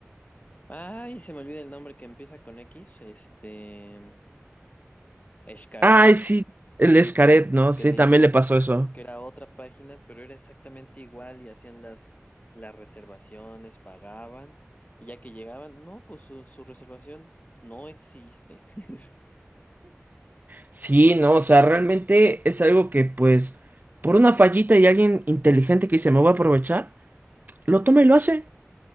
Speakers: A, on the left (about 30°); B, on the right (about 40°).
A: ay, se me olvida el nombre que empieza con X, este, Xcaret.
B: Ay, sí, el
A: Ese
B: Escaret, ¿no?
A: que
B: Sí,
A: le,
B: también le pasó eso.
A: que era otra página, pero era exactamente igual y hacían las, las reservaciones, pagaban, y ya que llegaban, no, pues su, su reservación no existe. <laughs>
B: Sí, no, o sea, realmente es algo que, pues, por una fallita y alguien inteligente que dice, me voy a aprovechar, lo toma y lo hace.